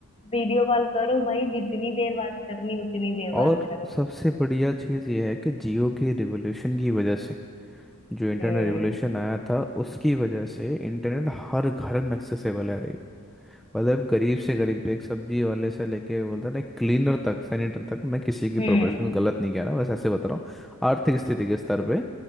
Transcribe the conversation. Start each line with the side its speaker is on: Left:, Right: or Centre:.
Left: वीडियो कॉल करो भाई जितनी देर बात करनी उतनी देर
Centre: और
Left: बात करो
Centre: सबसे बढ़िया चीज़ ये है कि जियो के रिवोल्यूशन की वजह से जो इंटरनेट
Left: हम्म
Centre: रेवोल्यूशन आया था उसकी वजह से इंटरनेट हर घर में एक्सेसिबल है मतलब गरीब से गरीब एक सब्जी वाले से लेके बोलते हैं ना क्लीनर तक सैनिटर तक मैं किसी की
Left: हम्म
Centre: प्रोफेशनल गलत नहीं कह रहा बस ऐसे बता रहा हूँ आर्थिक स्थिति के स्तर पे